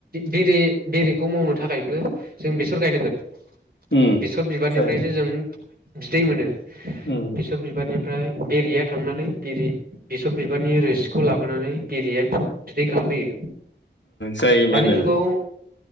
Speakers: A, on the right; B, on the left.
A: बेरे बेरेखौ मावनो थाखायबो जों बेसर गायनांगोन
B: उम
A: बेसर बिबारनिफ्रायसो
B: जाय
A: जों बिदै मोनो
B: उम
A: बेसर बिबारनि ओमफ्राय बेरिया थांनानै बेरि बेसर बिबारनि रोसिखौ लाबोनानै बेरिया बिदै खालामफैयो
B: जायो
A: दानि
B: मानो
A: जुगाव